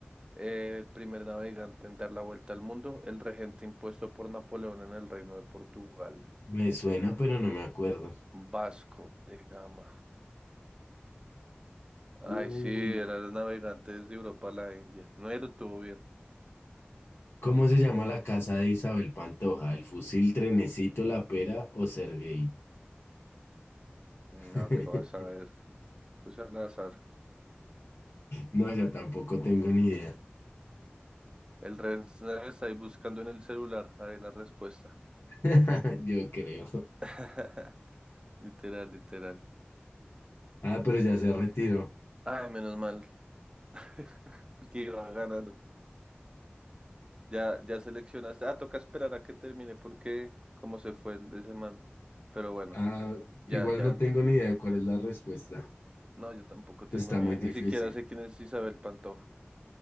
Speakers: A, on the right; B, on the left.
A: eh, el primer navegante en dar la vuelta al mundo, el regente impuesto por Napoleón en el Reino de Portugal.
B: Me suena, pero no me acuerdo.
A: Vasco de Gama. Ay,
B: Uy.
A: sí, era el navegante desde Europa a la India. No, él lo tuvo bien.
B: ¿Cómo se llama la casa de Isabel Pantoja? ¿El fusil, Trenecito, la pera o Sergei?
A: No,
B: <laughs>
A: ¿qué vas a ver? Pues al azar.
B: No, yo tampoco tengo ni idea.
A: El Renner está ahí buscando en el celular. Ahí la respuesta.
B: <laughs> Yo creo.
A: <laughs> Literal, literal.
B: Ah, pero ya se retiró.
A: Ay, menos mal, <laughs> porque iba ganando. Ya, ya seleccionaste. Ah, toca esperar a que termine porque cómo se fue el de semana. Pero bueno,
B: Ah,
A: ya,
B: igual
A: ya.
B: no tengo ni idea de cuál es la respuesta.
A: No, yo tampoco tengo
B: Está
A: ni
B: muy
A: idea. Ni
B: difícil.
A: siquiera sé quién es Isabel Pantoja.